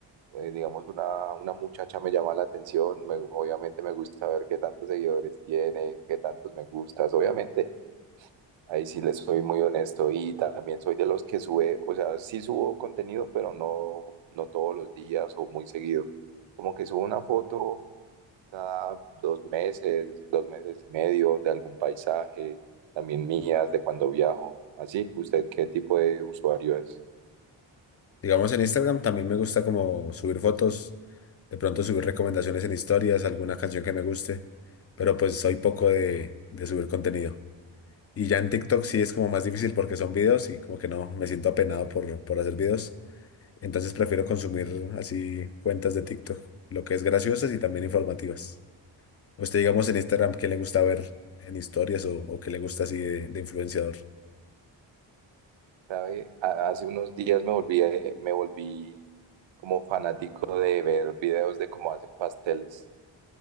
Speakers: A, on the right (about 70°); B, on the left (about 30°).
A: eh, digamos, una, una muchacha me llama la atención, me- obviamente me gusta ver qué tantos seguidores tiene, qué tantos me gustas, obviamente. Ahí sí les soy muy honesto y también soy de los que sube, o sea, sí subo contenido, pero no, no todos los días o muy seguido. Como que subo una foto cada dos meses, dos meses y medio de algún paisaje, también mías, de cuando viajo. Así, ¿usted qué tipo de usuario es?
B: Digamos, en Instagram también me gusta como subir fotos, de pronto subir recomendaciones en historias, alguna canción que me guste, pero pues soy poco de de subir contenido. Y ya en TikTok sí es como más difícil porque son videos y como que no, me siento apenado por, por hacer videos. Entonces prefiero consumir así cuentas de TikTok, lo que es graciosas y también informativas. Usted, digamos, en Instagram, ¿qué le gusta ver en historias o, o qué le gusta así de, de influenciador?
A: ¿Sabe? A- Hace unos días me volví, eh, me volví como fanático de ver videos de cómo hacen pasteles,